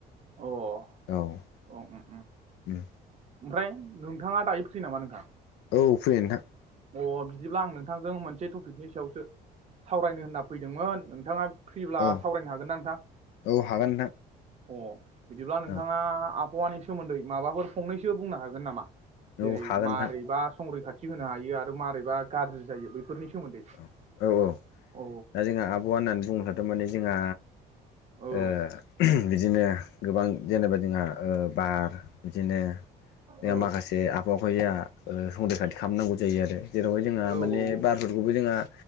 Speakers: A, on the right; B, on the left.
A: अ ओम
B: औ। उ
A: ओम ओमफ्राय नोंथाङा दायो फ्रि नामा नोंथां?
B: औ फ्रि नोंथां।
A: अ बिदिब्ला आं नोंथांजों मोनसे टपिकनि सायावसो सावरायनो होनना फैदोंमोन नोंथाङा फ्रिब्ला
B: औ
A: सावरायनो हागोन ना नोंथां?
B: औ हागोन
A: अ बिदिब्ला
B: नोंथां
A: नोंथाङा आबहावानि सोमोन्दै माबाफोर फंनैसो बुंनो हागोन नामा?
B: औ
A: जेरै
B: हागोन
A: मारैबा
B: नोंथां
A: संरैखाथि होनो हायो आरो मारैबा गाज्रि जायो बैफोरनि सोमोन्दै।
B: औ औ
A: औ
B: दा जोंहा आब'हावा होननानै बुङोब्लाथ माने जोंहा
A: औ
B: ओ बिदिनो गोबां जेनेबा जोंहा ओ बार बिदिनो जोंहा
A: औ
B: माखासे आबहावाखौ जोंहा ओ संरैखाथि खालामनांगौ जायो आरो। ओ जेरावहाय जोंहा
A: औ
B: माने
A: औ
B: बार जोंहा